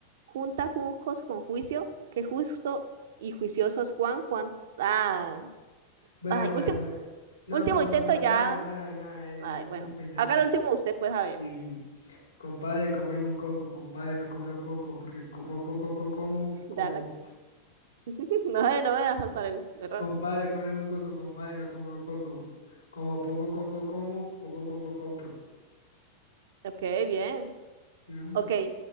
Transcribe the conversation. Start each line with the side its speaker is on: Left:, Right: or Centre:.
Right: Junta juncos con juicio. Que justo y juiciosos Juan. Juan. Ah.
Left: Bueno,
Right: Ay,
Left: bueno.
Right: último,
Left: mu- No,
Right: último
Left: no, no,
Right: intento
Left: no,
Right: ya.
Left: nada, nada, nada. eh,
Right: Ay,
Left: Ningún
Right: bueno.
Left: último intento.
Right: Haga el
Left: yo-
Right: último usted, pues, a ver.
Left: Sí, sí. Compadre, cómprame un coco, compadre, no compro coco, porque co- poco coco como, como
Right: Ya la- <laughs> No, me- no me va a saltar el error.
Left: Compadre, cómprame un coco, compadre, no compro coco. Como poco coco como, poco coco compro.
Right: Ok, bien.
Left: Bien.
Right: Ok.